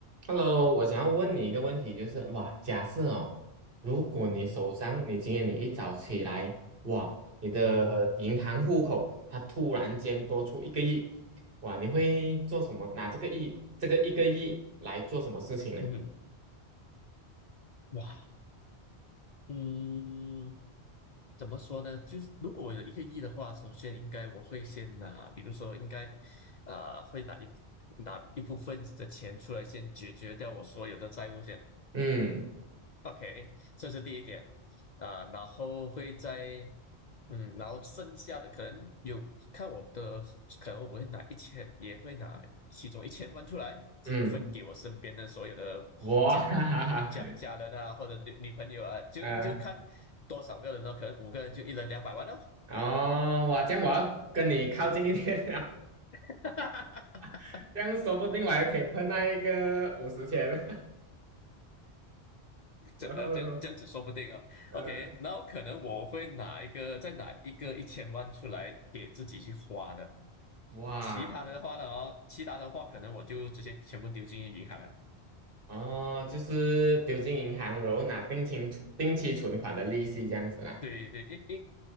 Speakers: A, on the right; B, on the left.
A: Hello，我想要问你一个问题，就是哇，假设哦，如果你手上，
B: 嗯
A: 你今天你一早起来，哇，你的银行户口它突然间多出一个亿，
B: 嗯，
A: 哇，你会做什么？拿这个亿，这个一个亿来做什么事情呢？
B: 嗯哇，嗯，怎么说呢？就是如果我有一个亿的话，首先应该我会先拿，比如说应该，呃，会拿一拿一部分的钱出来，先解决掉我所有的债务先。
A: 嗯
B: OK，这是第一点啊，然后会在嗯，然后剩下的可能有看我的，可能我会拿一千，也会拿其中一千万出来分给我身边的所有的家人、
A: 嗯，哇，<laughs> 哈哈哈，
B: 家家人啊，或者女女朋友啊，就就看多少个人咯，
A: 嗯、
B: 可能五个人就一人两百万哦，
A: 哦，哇，这样我要跟你靠近一点了，
B: <laughs>
A: <laughs> 这样说不定我还可以碰到一个五十钱，<laughs>
B: 这呃这样这样子说不定哦。
A: 然后呢，嗯、
B: OK，然后可能我会拿一个再拿一个一千万出来给自己去花的。
A: 哇。
B: 其他的话呢，哦，其他的话可能我就直接全部丢进银行了。
A: 哦，就是丢进银行，然后拿定期定期存款的利息这样子啦。
B: 对对，因因